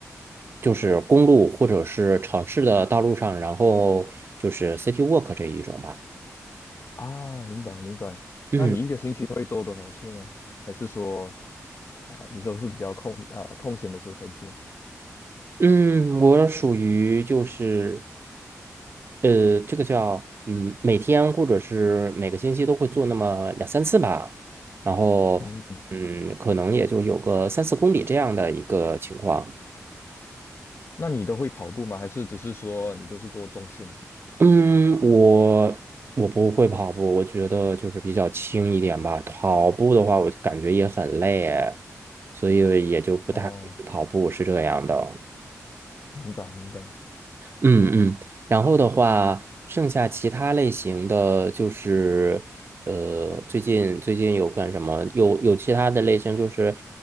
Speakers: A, on the right; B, on the left.
A: 就是公路或者是城市的道路上，然后就是 city walk 这一种吧。
B: 啊，明白明白。
A: 嗯。
B: 那你一个星期会做多少次呢？还是说啊、你都是比较空啊、空闲的时候才做？
A: 嗯，我属于就是，呃，这个叫嗯，每天或者是每个星期都会做那么两三次吧，然后嗯，
B: 嗯。
A: 可能也就有个三四公里这样的一个情况。
B: 那你都会跑步吗？还是只是说你都是做重训？
A: 嗯，我我不会跑步，我觉得就是比较轻一点吧。跑步的话，我感觉也很累，所以也就不太会去跑步，
B: 哦，
A: 是这样的。
B: 明白明白。
A: 嗯嗯，然后的话，剩下其他类型的就是，呃，最近最近有干什么？有有其他的类型，就是